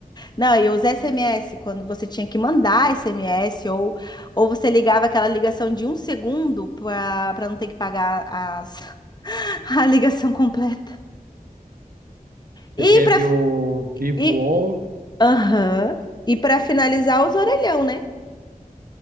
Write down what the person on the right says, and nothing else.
Você
teve
o Vivo
On,